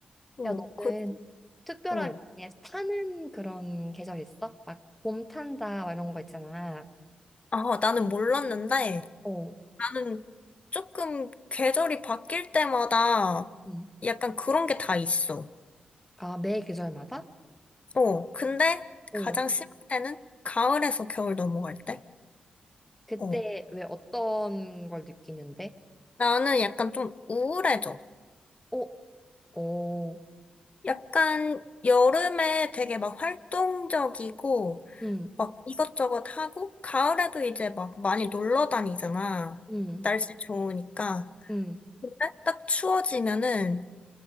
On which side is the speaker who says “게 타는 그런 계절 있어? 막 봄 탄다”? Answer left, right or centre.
Centre